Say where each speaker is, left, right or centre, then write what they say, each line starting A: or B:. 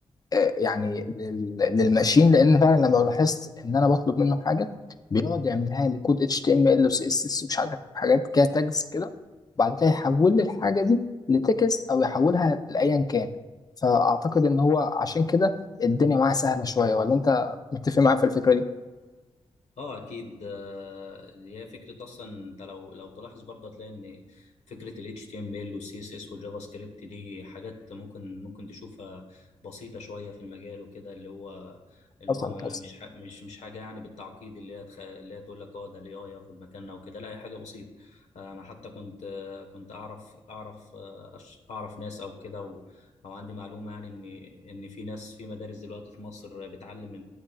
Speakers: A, on the left (about 35°); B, on the left (about 80°).
A: آه، يعني لل- للماشين لان فعلا لما لاحظت ان انا بطلب منه حاجه بيقعد يعملها لي كود اتش تي ام ال وسي اس اس ومش حاجات حاجات كده تاجز كده وبعد كده يحول لي الحاجه دي لتكست او يحولها لايا كان فاعتقد ان هو عشان كده الدنيا معاه سهله شويه ولا انت متفق معايا في الفكره دي
B: اه اكيد آه، اللي هي فكره اصلا انت لو لو تلاحظ برضه هتلاقي ان فكره ال HTML وال CSS والجافا سكريبت دي حاجات ممكن ممكن تشوفها بسيطه شويه في المجال وكده اللي هو اللي
A: اصلا
B: هو ما
A: حصل
B: مش ح- مش مش حاجه يعني بالتعقيد اللي هي تخ... اللي هي تقول لك اه ده الاي اي ياخد مكاننا وكده لا هي حاجه بسيطه آه، انا حتى كنت آه، كنت اعرف اعرف آه، أش- اعرف ناس او كده و... او عندي معلومه يعني ان ان في ناس في مدارس دلوقتي في مصر بتعلم